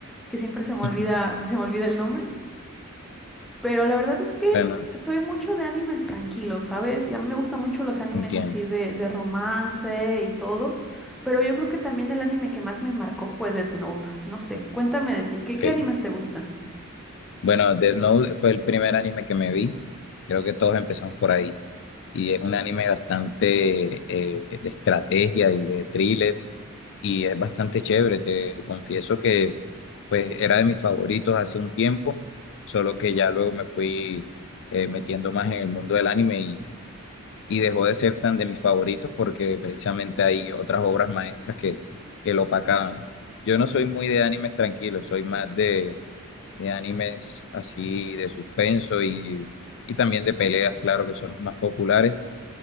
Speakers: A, in the centre; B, on the left (about 60°).
A: que siempre se me olvida,
B: <laughs>
A: <laughs> se me olvida el nombre, pero la verdad es que
B: Bueno,
A: soy mucho de animes tranquilos, ¿sabes? Ya me gustan mucho los animes
B: entiendo.
A: así de, de romance y todo, pero yo creo que también el anime que más me marcó fue Death Note, no sé, cuéntame de ti, ¿qué,
B: Ok.
A: qué animes te gustan?
B: Bueno, Death Note fue el primer anime que me vi. Creo que todos empezamos por ahí. Y es un anime bastante eh, de estrategia y de thriller. Y es bastante chévere. Te confieso que pues era de mis favoritos hace un tiempo. Solo que ya luego me fui eh, metiendo más en el mundo del anime y dejó de ser tan de mis favoritos porque precisamente hay otras obras maestras que, que lo opacaban. Yo no soy muy de animes tranquilos, soy más de, de animes así de suspenso y, y también de peleas, claro, que son los más populares.